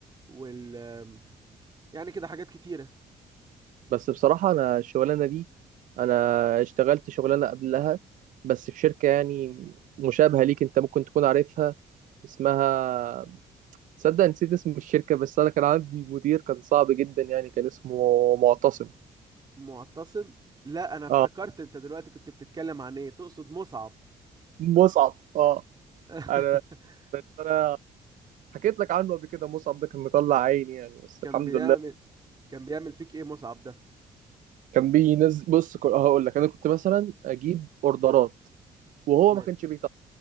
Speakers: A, on the right; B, on the right.
A: وال آم، يعني كده حاجات كتيرة
B: بس بصراحة أنا الشغلانة دي أنا اشتغلت شغلانة قبلها بس في شركة يعني مشابهة ليك أنت ممكن تكون عارفها اسمها تصدق نسيت اسم الشركة بس أنا كان عندي مدير كان صعب جدا يعني كان اسمه معتصم
A: معتصم لا انا افتكرت
B: اه
A: انت دلوقتي كنت بتتكلم عن ايه تقصد مصعب
B: مصعب اه
A: <laughs>
B: أنا أنا حكيت لك عنه قبل كده مصعب ده كان مطلع عيني يعني بس
A: كان
B: الحمد
A: بيعمل
B: لله
A: كان بيعمل فيك ايه مصعب ده
B: كان بينزل بص كل- هقول لك أنا كنت مثلا أجيب أوردرات وهو
A: ما...
B: ما كانش بيطلع